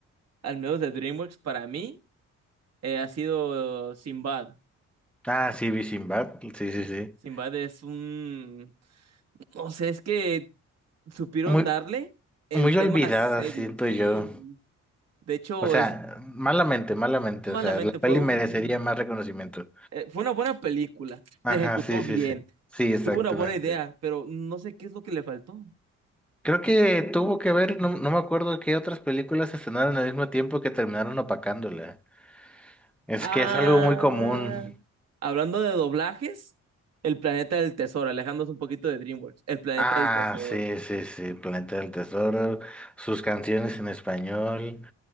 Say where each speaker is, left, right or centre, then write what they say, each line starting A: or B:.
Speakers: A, on the right (about 55°); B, in the centre.
A: al menos de DreamWorks, para mí, eh, ha sido Sinbad.
B: Ah, sí, vi Sinbad, sí, sí, sí.
A: Sinbad es un... No sé, es que supieron
B: Muy,
A: darle el
B: muy
A: tema
B: olvidada,
A: serio.
B: siento
A: Sí,
B: yo.
A: de hecho,
B: O sea,
A: es
B: malamente, malamente,
A: malamente
B: o sea, la peli
A: fue un...
B: merecería más reconocimiento.
A: eh, fue una buena película,
B: Ajá,
A: se ejecutó
B: sí, sí,
A: bien.
B: sí. Sí, exactamente.
A: Tuvo una buena idea, pero no sé qué es lo que le faltó.
B: Creo que tuvo que ver, no, no me acuerdo qué otras películas se estrenaron al mismo tiempo que terminaron opacándola. Es
A: Ah,
B: que es algo muy común.
A: hablando de doblajes, El Planeta del Tesoro, alejándonos un poquito de DreamWorks, El Planeta
B: Ah,
A: del Tesoro.
B: sí, sí, sí, Planeta del Tesoro, sus canciones en español,